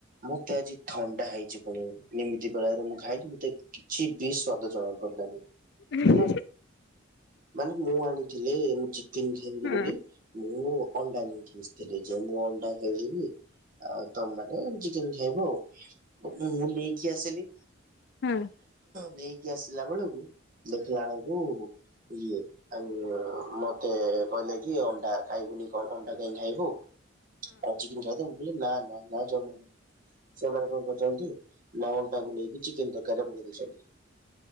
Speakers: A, on the right; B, on the left.
A: ମତେ ଆଜି ଥଣ୍ଡା ହେଇଛି ପୁଣି, ଏମିତି ବେଳରେ ମୁଁ ଖାଇଛି ମତେ କିଛି ବି ସ୍ଵାଦ ଜଣା ପଡ଼ିଲାନି,
B: ହୁଁ।
A: ମାନେ ମାନେ ମୁଁ ଆଣି ଥିଲି ଚିକେନ୍ ଖାଇବିନି
B: ଯାହା
A: ବୋଲି, ମୁଁ ଅଣ୍ଡା ନେଇକି ଆସିଥିଲି, ଯେ ମୁଁ ଅଣ୍ଡା ନେଇଯିବି ଆଉ ତମ ମାନେ ଚିକେନ ଖାଇବ ଆଉ, ମୁଁ ନେଇକି ଆସିଲି।
B: ହଁ।
A: ନେଇକି ଆସିଲା ବେଳକୁ ଦେଖିଲା ବେଳକୁ ଇଏ ଆଉ ମତେ କହିଲେ କି ଅଣ୍ଡା ଖାଇବୁନି କଣ ଅଣ୍ଡା କାଇଁ ଖାଇବୁ ଆଉ ଚିକେନ୍ ଖାଇ ଦେ, ମୁଁ କହିଲି ନା ନା ନା ଜମା ସେମାନେ କଣ କରଛନ୍ତି ନା, ଅଣ୍ଡାକୁ ନେଇକି ଚିକେନ ତରକାରୀରେ ପକେଇ ଦଇଛନ୍ତି।